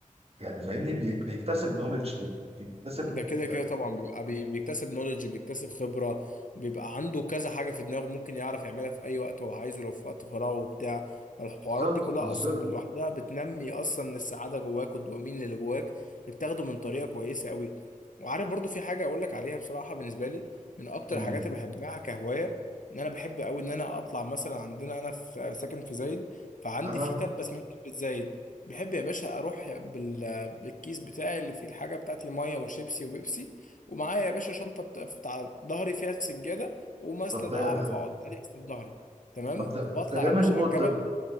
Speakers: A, on the right; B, on the left.
A: يعني فاهمني بي- بيكتسب نولج بيكتسب
B: ده كده
A: يعني
B: كده طبعا بيبقى بي- بيكتسب نولج بيكتسب خبرة بيبقى عنده كذا حاجة في دماغه ممكن يعرف يعملها في أي وقت هو عايزه لو في وقت فراغه وبتاع فالحوارات
A: بالظبط
B: دي كلها
A: بالظبط
B: أصلا لوحدها بتنمي أصلا السعادة جواك والدوبامين اللي جواك اللي بتاخده من طريقة كويسة أوي وعارف برضو في حاجة أقول لك عليها بصراحة بالنسبة لي من أكتر
A: طيب،
B: الحاجات اللي بحبها كهواية إن أنا بحب أوي إن أنا أطلع مثلا عندنا أنا في ساكن في زايد فعندي
A: اه
B: في تبة اسمها تبة زايد بحب يا باشا أروح بالكيس بتاعي اللي فيه الحاجة بتاعتي مية وشيبسي وبيبسي ومعايا يا باشا شنطة بت- بتاع ظهري فيها سجادة ومسند
A: طب ده
B: أعرف أقعد عليه أسند ظهري تمام
A: طب ده
B: بطلع
A: ده جامد
B: يا باشا
A: موت
B: على الجبل
A: ده